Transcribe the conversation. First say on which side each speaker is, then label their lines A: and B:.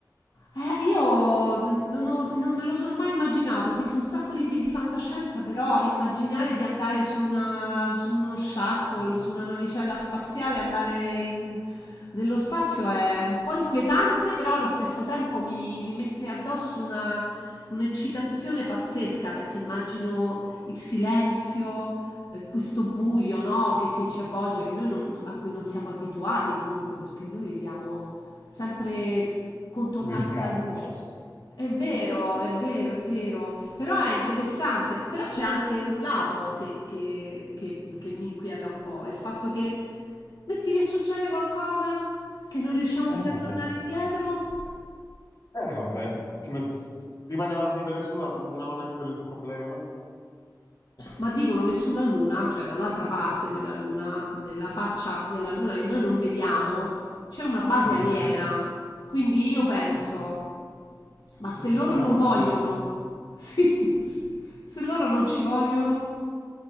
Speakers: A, on the left; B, on the left.
A: Eh, io n- non, ho- non me lo sono mai immaginato, ho visto un sacco di film di fantascienza, però immaginare di andare su, una- su uno shuttle, su una navicella spaziale, andare in- nello spazio è un po' inquietante, però allo stesso tempo mi, mi mette addosso una- un'eccitazione pazzesca, perché immagino il silenzio, eh, questo buio, no, che, che ci avvolge, che noi non- a cui non siamo abituati comunque, perché noi viviamo sempre contornati
B: Nel caos.
A: da luce. È vero, è vero, è vero, però è interessante, però c'è anche un lato che, che- che- che mi inquieta un po', il fatto che metti che succede qualcosa, che non riusciamo
B: Eh
A: più
B: vabbè,
A: a tornare indietro,
B: eh vabbè. Come- Rimaniamo a vivere sulla Luna, non è quello il problema.
A: Ma dicono che sulla Luna, cioè dall'altra parte della Luna, nella faccia della Luna che noi non vediamo, c'è una base
B: Ok.
A: aliena. Quindi io penso, ma se loro
B: Siamo
A: non
B: ospiti.
A: vogliono, <laughs> sì, se loro non ci vogliono,